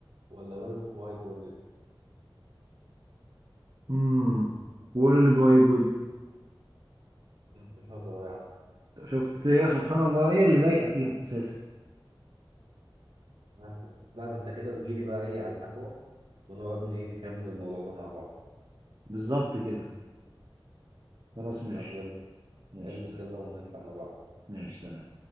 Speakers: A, on the right; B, on the right.
A: ولا ويب وايد وورلد
B: امم وورلد وايد ويب
A: انت شاطر أوي يا عم
B: شفت إيه يا سبحان الله ايه اللي لايقة فيهم اساسا
A: آه، لا ده انت كده تجيلي بقى ايه على القهوه ونقعد ن- ايه نكمل الموضوع ده مع بعض
B: بالظبط كده خلاص ماشي
A: طب يلا
B: ماشي
A: البس
B: سلام
A: يلا ونطلع مع بعض
B: ماشي سلام